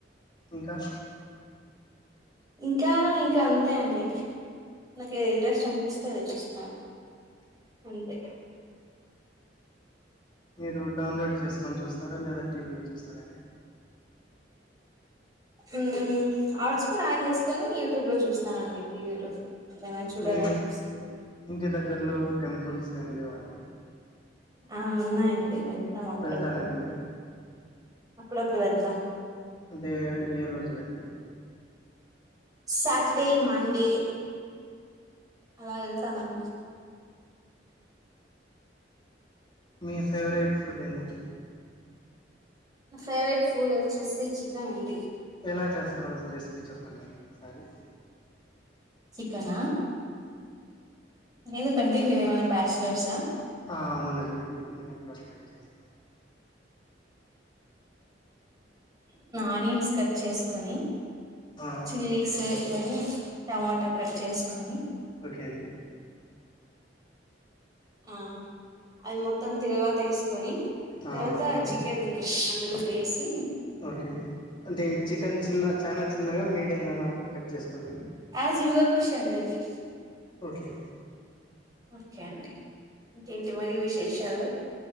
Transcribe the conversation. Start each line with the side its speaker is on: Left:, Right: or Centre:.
Left: ఇంక
Right: ఇంకా ఇంకా అంతే అండి. నాకి ఏది ఇంట్రెస్ట్ అనిపిస్తే అది చూస్త అంతే
Left: మీరు డౌన్లోడ్ చేసుకొని చూస్తార లేదా టీవీలో చూస్తార అండి.
Right: ఉమ్ హాట్ స్పాట్ ఆన్ చేసుకొని యూట్యూబ్ లో చూస్తానండి టీవీలో ఏదైనా చూడాలనిపిస్తే
Left: మీ ఇంటి దగ్గరలో టెంపుల్స్ ఏమి లేవ అండి
Right: ఆ ఉన్నాయండి వెళ్త అప్పుడప్పుడు
Left: వెళ్తారండి మీరు
Right: అప్పుడప్పుడు వెళ్త
Left: అంటే ఏ రోజులండి
Right: సాటర్డే మండే అల ఎళ్తామండి.
Left: మీ ఫేవరెట్ ఫుడ్ ఏందండి.
Right: నా ఫేవరెట్ ఫుడ్ వచ్చేసి చికెన్ అండి.
Left: ఎలా చేస్తారో రెసిపీ చెప్పండి అండి ఒకసారి
Right: చికన ఎందుకండి మీరేమైన బ్యాచ్లర్సా.
Left: అవునండి మేము ఎప్పుడన్న ట్రై చేస్తాము.
Right: ఆనియన్స్ కట్ చేసుకొని
Left: ఆ
Right: చిల్లీస్
Left: ఓకే అండి
Right: ఇవన్నీ టమాట కట్ చేసుకొని
Left: ఓకే అండి.
Right: ఆ అవి మొత్తం తిరు <unintelligible> వేసుకొని
Left: ఆ
Right: తర్వాత
Left: ఓకే
Right: చికెన్ అందులో కేసి
Left: ఓకే అంటే చికెన్ చిన్న చాన చిన్నగా మీడియంగా కట్ చేసుకోవాలండి
Right: యాస్ యూవర్ విష్ అండి అది
Left: ఓకే
Right: ఓకే అండి ఇంక ఇంటి మరి విశేషాలు